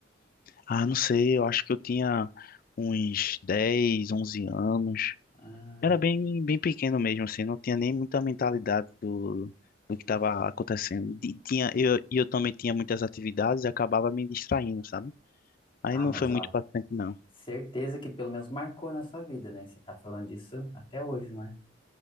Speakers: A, on the left (about 50°); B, on the left (about 30°).
A: Ah, não sei, eu acho que eu tinha uns 10, 11 anos.
B: Ah,
A: Era bem, bem pequeno mesmo, assim, não tinha nem muita mentalidade do, do que estava acontecendo. E tinha, eu, e eu também tinha muitas atividades e acabava me distraindo, sabe? Aí
B: ah,
A: não
B: mas
A: foi muito
B: ó,
A: paciente, não.
B: Certeza que pelo menos marcou na sua vida, né? Você tá falando disso até hoje, não é?